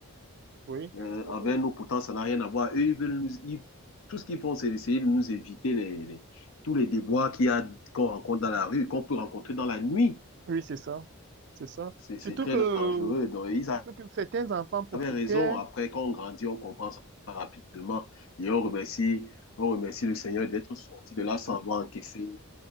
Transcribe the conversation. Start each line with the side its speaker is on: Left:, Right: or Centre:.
Right: Oui,
Left: euh,
Right: Euh,
Left: envers nous. Pourtant, ça n'a rien à voir. Eux, ils veulent nous, ils- tout ce qu'ils font, c'est d'essayer de nous éviter les, les- tous les déboires qu'il y a, qu'on rencontre dans la rue, qu'on peut rencontrer dans la nuit.
Right: oui, c'est ça. C'est ça.
Left: C'est, c'est
Right: Surtout
Left: très
Right: que,
Left: dangereux. Donc, ils
Right: surtout
Left: avaient
Right: que certains enfants profitaient
Left: raison. Après, quand on grandit, on comprend ça rapidement. Et on remercie, on remercie le Seigneur d'être sorti de là sans avoir encaissé.